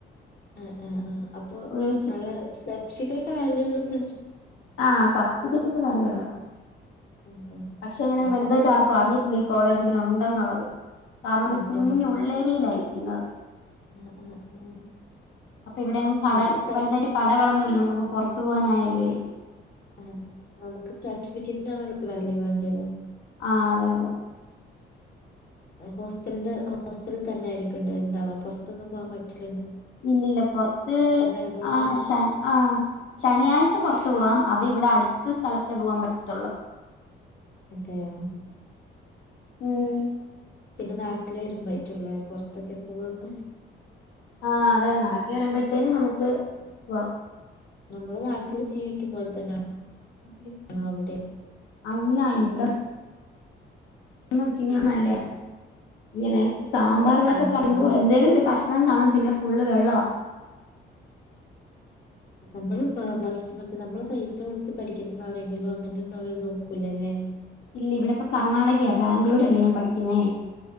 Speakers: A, on the left; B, on the left.
A: ആ ആ ആ അപ്പൊ
B: ഒരു
A: നല്ല സർട്ടിഫിക്കല ഒക്കെ വാല്യൂ ഉള്ള സ
B: ആഹ സർട്ടിഫിക്കറ്റ് ഒക്കെ വാല്യ ഉള്ളതാണ്
A: ഓക്കെ
B: പക്ഷെ എങ്ങനെ
A: നമുക്കതാണ്
B: വലുതായിട്ട് ആർക്കും അറയിത്തില്ല ഈ കോളേജ ജീവന ഉണ്ടെന്നുള്ളത് താമതി
A: അതെ
B: കുഞ്ഞുുള്ളേരിയിലായിരിക്കുന്നത്
A: ആ ആ ആ
B: അപ്പൊ ഇവിടെയും കട
A: നമുക്ക് സ
B: വലുതായിട്ട് കടകളൊന്നുമല്ല നമുക്ക്ിപ്പോൊറത്ത് തവാനായാലേ
A: ആ നമുക്ക് സർട്ടിഫിക്കറ്റിനാണല്ല വല്ല വേണ്ടത്
B: ആ അതെ അതെ
A: ഹോസ്റ്റലിന്റെ ഹോസ്റ്റല തന്നെ ആയിരിക്കും ഇണ്ട് ഇണ്ടാവാ പുറത്തൊന്നും പോവാാൻ പറ്റില്ല
B: ഇല്ലല്ല പൊറത്ത്
A: ആയതുകൊണ്ട്
B: ആഹ് ശ ആഹ ശനിയാഴ്ച പുറത്തു പോവാം അത് ഇവിടെ അടുത്ത സ്ഥലത്തെ പോകൻ പറ്റത്തുള്ളൂ
A: അതെയ
B: ഉം
A: പിന്നെ നാട്ടില വരുമ്പോായിറ്റുള്ളേ പുൊറത്തൊക്കെ പോവന്ന്
B: ആഹ അതെ നാട്ടിൽ വരുമ്പോഴത്തേനും നമുക്ക് പോവാം
A: നമ്മുടെ നാട്ടില് ജീവിക്കുമ്പോലെ തന്നെ
B: അ
A: അടെ
B: അല്ല ഇവിടെ ന്ന് വെച്ച കാ നല്ല ഇങ്ങനെ സാമ്പാർന്നൊക്കെ
A: അതെ
B: പറയുമ്പോ എന്തേലും ഒരു കഷ ഞാൻ കാണാം പിന്നെ ഫുള്ള് വെള്ളമാണ്
A: നമ്മള് ഭക്ഷിക്കണ നമ്മള് പൈസ കൊടുത്ത് പഠിക്കുന്നതാണെങ്കിലോ അങ്ങനെ ഒ അവര് നോക്ക സ്ക്കലല്ല
B: ഇല്ല ഇവിടെ ഇപ്പ കർണ്ണാടകയാ ബാംഗ്ലൂര അല്ലേ ഞാൻ പഠിക്കുന്നേ